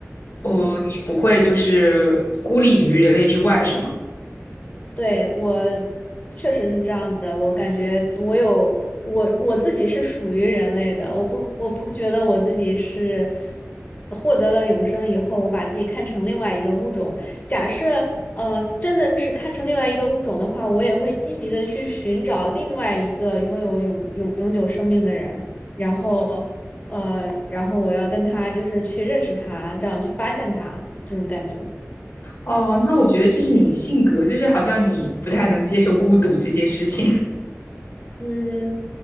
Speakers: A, on the left; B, on the left.
A: 嗯。
B: 哦，你不会就是孤立于人类之外，是吗？
A: 对，我确实是这样子的，我感觉我有我我自己是属于人类的，我不我不觉得我自己是获得了永生以后，我把自己看成另外一个物种。假设呃真的是看成另外一个物种的话，我也会积极的去寻找另外一个拥有永永永久生命的人，然后呃然后我要跟他就是去认识他，这样去发现他这种感觉。
B: 哦，那我觉得这是你的性格，就是好像你不太能接受孤独这件事情，
A: 嗯，